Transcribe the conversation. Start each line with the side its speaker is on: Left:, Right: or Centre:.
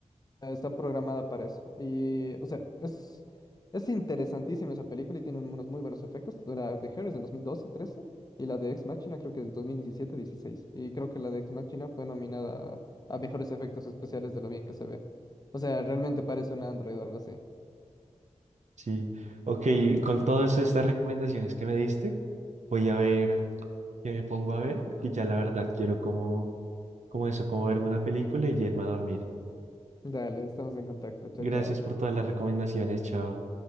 Left: está programada para eso. Y, o sea, es, es interesantísima esa película y tiene unos muy buenos efectos. La de Her es del 2012-13 y la de Ex Machina creo que es del 2017-16. Y creo que la de Ex Machina fue nominada a, a mejores efectos especiales de lo bien que se ve. O sea, realmente parece un Android o algo así.
Right: sí. Ok, con todas estas recomendaciones que me diste, voy a ver qué me pongo a ver, porque ya la verdad quiero como, como eso, como verme una película y irme a dormir.
Left: Dale, estamos en contacto. Chao,
Right: Gracias
Left: chao.
Right: por todas las recomendaciones, chao.